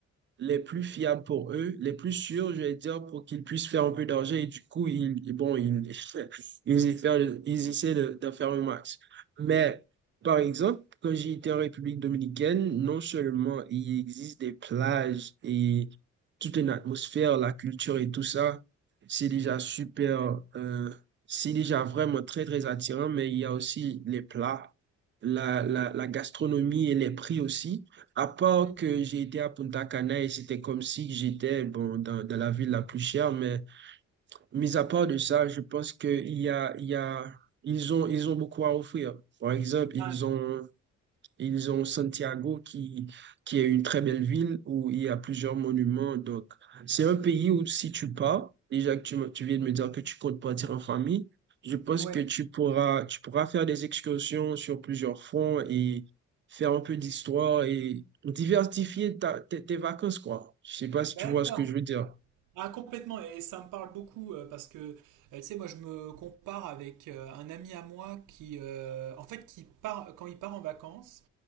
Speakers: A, on the right (about 40°); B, on the right (about 80°).
A: les plus fiables pour eux, les plus sûrs, je vais dire, pour qu'ils puissent faire un peu d'argent. Et du coup, ils, et bon, ils, <laughs> ils, y faire- ils essaient de, d'en faire le max. Mais, par exemple, quand j'ai été en République dominicaine, non seulement il existe des plages et toute une atmosphère, la culture et tout ça, c'est déjà super, euh, c'est déjà vraiment très, très attirant, mais il y a aussi les plats, la, la, la gastronomie et les prix aussi. À part
B: Mhm.
A: que j'ai été à Punta Cana et c'était comme si j'étais bon, dans, dans la ville la plus chère, mais mis à part de ça, je pense que il y a, il y a, ils ont, ils ont beaucoup à offrir. Par exemple, ils
B: Ah,
A: ont ils ont Santiago qui, qui est une très belle ville où il y a plusieurs monuments. Donc, c'est un pays où si tu pars, déjà que tu, me- tu viens de me dire que tu comptes partir en famille, je pense
B: Ouais,
A: que tu pourras, tu pourras faire des excursions sur plusieurs fronts et faire un peu d'histoire et diversifier ta- tes, tes vacances, quoi. Je sais pas si
B: d'accord.
A: tu vois ce que je veux dire.
B: Ah, complètement, et ça me parle beaucoup euh, parce que, euh, tu sais, moi je me compare avec euh, un ami à moi qui, euh, en fait, qui part, quand il part en vacances,